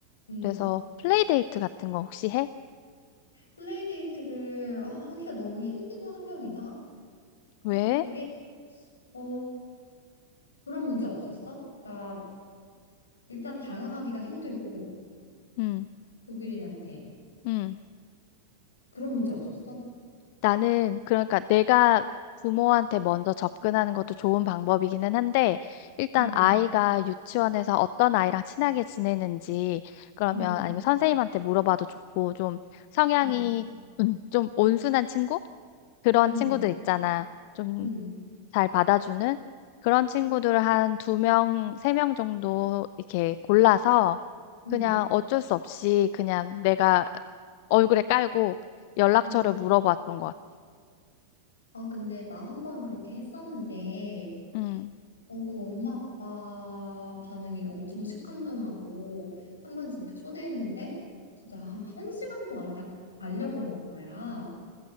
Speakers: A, on the left; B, on the left.
A: 응
B: 그래서 플레이데이트 같은 거 혹시 해?
A: 플레이데이트를 아, 하기가 너무 힘든 환경이다.
B: 왜?
A: 아, 그게, 어, 그런 문제 없었어? 그러니까 일단 다가가기가 힘들고
B: 응,
A: 독일인한테
B: 응.
A: 그런 문제 없었어?
B: 나는 그러니까 내가 부모한테 먼저 접근하는 것도 좋은 방법이기는 한데 일단
A: 음.
B: 아이가 유치원에서 어떤 아이랑 친하게 지내는지 그러면
A: 음,
B: 아니면 선생님한테 물어봐도 좋고 좀 성향이
A: 음,
B: 음, 좀 온순한 친구? 그런
A: 음,
B: 친구들 있잖아. 좀
A: 음,
B: 잘 받아주는 그런 친구들을 한 두 명, 세 명 정도 이렇게 골라서
A: 음,
B: 그냥 어쩔 수 없이 그냥 내가 얼굴에 깔고 연락처를
A: 음.
B: 물어봤던 것 같아.
A: 아, 근데 나 한 번 그렇게 했었는데,
B: 음.
A: 어, 그 엄마 아빠 반응이 엄청 시큰둥하고, 한 번 집에 초대했는데, 진짜 한, 한 시간도 안 있다 가려고 하는 거야.